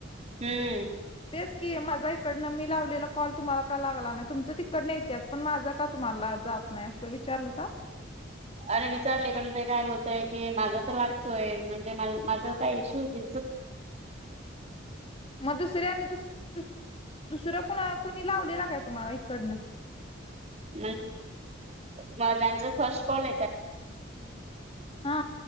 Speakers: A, on the right; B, on the left.
A: हम्म
B: तेच की माझा इकडनं मी लावलेला कॉल तुम्हाला क लाला नाही तुमचं तिकड नाही <unintelligible> त्यात पण माझा का, तुम्हाला जात नाही अस विचारलं का?
A: अरे, विचारले पण ते काय बोलताय? की माझा तर लागतोय म्हणजे माझ काय इशू होतील? <unintelligible>
B: मग दुसऱ्याने दुस दुस दुसरं कुणा कुणी लावलेला काय, तुम्हाला इकडनं?
A: <unintelligible> फर्स्ट कॉल
B: हा